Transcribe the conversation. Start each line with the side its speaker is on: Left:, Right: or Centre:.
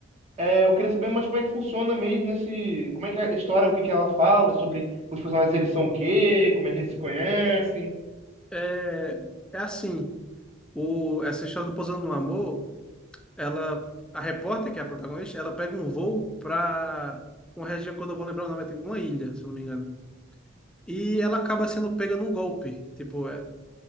Right: é, eu queria saber mais como é que funciona mesmo esse, como é que é a história, o que que ela fala, sobre os personagens, eles são o quê, como é que eles se conhecem.
Centre: É, é assim, o, essa história do Pousando no Amor. Ela, a repórter, que é a protagonista, ela pega um voo para uma região que eu não vou lembrar o nome, é tipo uma ilha, se eu não me engano. E ela acaba sendo pega num golpe. Tipo, é,